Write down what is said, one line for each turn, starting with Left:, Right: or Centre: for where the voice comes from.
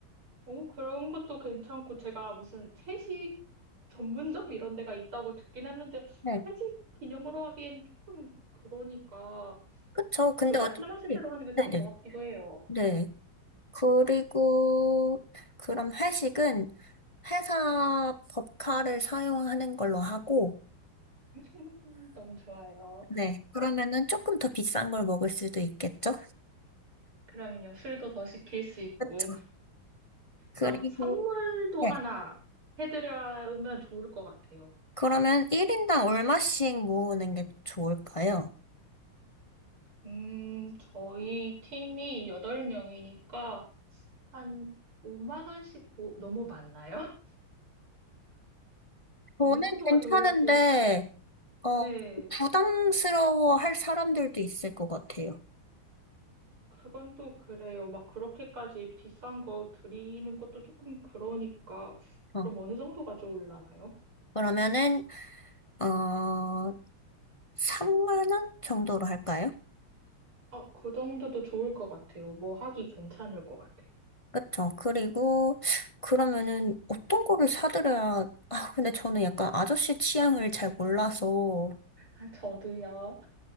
Right: 오, 그런 것도 괜찮고, 제가 무슨 채식 전문점 이런 데가 있다고 듣긴 했는데
Left: 네.
Right: 회식 기념으로 하기엔 조금 그러니까
Left: 그쵸. 근데
Right: 그
Left: 어차피,
Right: 말씀하신 대로 하는 게 좋을
Left: 네네.
Right: 것 같기도 해요.
Left: 네. 그리고, 그럼 회식은 회사 법카를 사용하는 걸로 하고,
Right: <laughs> 음, 너무 좋아요.
Left: 네. 그러면은 조금 더 비싼 걸 먹을 수도 있겠죠?
Right: 그럼요. 술도 더 시킬 수 있고.
Left: 그쵸. 그리고,
Right: 그럼 선물도
Left: 네.
Right: 하나 해드리면 좋을 것 같아요.
Left: 그러면 1인당 얼마씩 모으는 게 좋을까요?
Right: 음, 저희 팀이 8명이니까 한 5만 원씩 너무 많나요? <laughs> 어느
Left: 저는
Right: 정도가
Left: 괜찮은데,
Right: 좋을지.
Left: 어,
Right: 네.
Left: 부담스러워 할 사람들도 있을 것 같아요.
Right: 그건 또 그래요. 막 그렇게까지 비싼 거 드리는 것도 조금 그러니까
Left: 어,
Right: 그럼 어느 정도가 좋을라나요?
Left: 그러면은, 어, 3만 원 정도로 할까요?
Right: 아, 그 정도도 좋을 것 같아요. 뭐 하기 괜찮을 것 같아요.
Left: 그쵸. 그리고, 그러면은, 어떤 거를 사드려야, 아, 근데 저는 약간 아저씨 취향을 잘 몰라서.
Right: 아, 저도요.